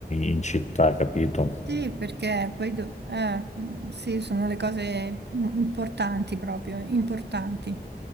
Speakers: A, on the left; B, on the right.
A: in città, capito?
B: Sì, perché poi do- eh, mm, sì, sono le cose mm, importanti proprio, importanti.